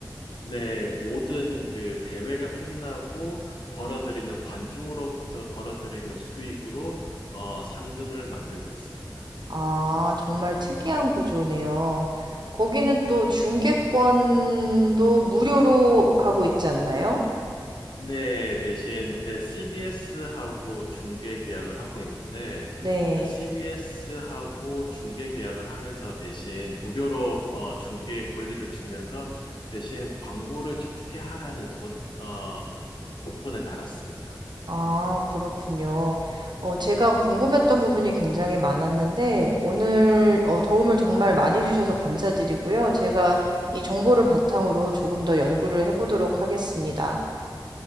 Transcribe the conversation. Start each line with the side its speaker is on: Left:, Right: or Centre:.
Left: 네, 모든 그 대회가 끝나고 벌어들이는 관중으로부터 벌어들이는 수익으로 어, 상금을 만들고 있습니다.
Right: 아, 정말 특이한 구조네요. 거기는 또 중계권도 무료로 하고 있지 않나요?
Left: 네, 대신 네, CBS하고 중계 계약을 하고 있는데
Right: 네.
Left: 그 CBS하고 중계 계약을 하면서 대신 무료로 어, 중계 권리를 주면서 대신 광고를 적게 하라는 권, 어, 조건을 달았습니다.
Right: 아, 그렇군요. 어, 제가 궁금했던 부분이 굉장히 많았는데, 오늘 어, 도움을 정말 많이 주셔서 감사드리고요. 제가 이 정보를 바탕으로 조금 더 연구를 해보도록 하겠습니다.